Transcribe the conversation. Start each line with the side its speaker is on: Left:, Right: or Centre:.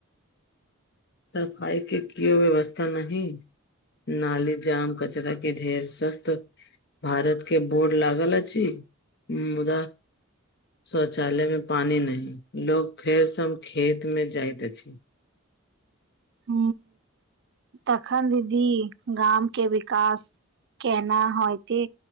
Left: सफाइ के कियो व्यवस्था नहिं नाली जाम कचरा के ढेर स्वस्थ भारत के बोड लागल अछि मुदा शौचालय में पानी नही लोग फेर सब खेत मे जाइत अछि
Right: ह तखन दीदी गामके विकास केना है यतै